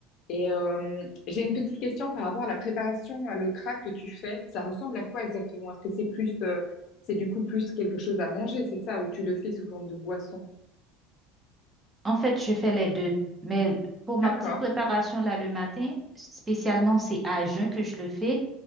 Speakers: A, on the left; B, on the right.
A: Et euh, j'ai une petite question par rapport à la préparation à l'okra que tu fais. Ça ressemble à quoi exactement? Est-ce que c'est plus, euh, c'est du coup plus quelque chose à manger, c'est ça, ou tu le fais sous forme de boisson?
B: En fait, je fais les deux. Mais pour ma
A: D'accord.
B: petite préparation là le matin, spécialement c'est à jeun que je le fais.